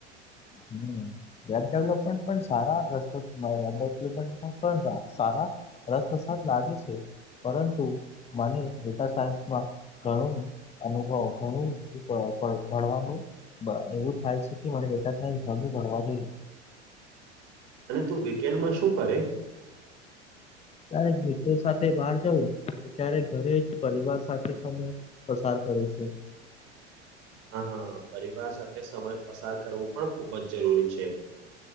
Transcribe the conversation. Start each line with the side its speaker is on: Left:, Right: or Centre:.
Left: હમ્મ વેબ ડેવલપમેન્ટ પણ સારા રસ વેબ ડેવલપમેન્ટ પણ સારા રસ પ્રસાદ લાગે છે પરંતુ મને ડેટા સાયન્સમાં ઘણું અનુભવ ઘણું ભણવાનું એવું થાય છે કે મારે ડેટા થાય ઘણું ભણવા જોઈએ,
Right: અને તું વીકેન્ડમાં શું કરે
Left: ક્યારેક મિત્રો સાથે બહાર જવું ક્યારે ઘરે જ પરિવાર સાથે સમય પસાર કરે છે
Right: હા પરિવાર સાથે સમય પસાર કરવો પણ ખુબ જ જરૂરી છે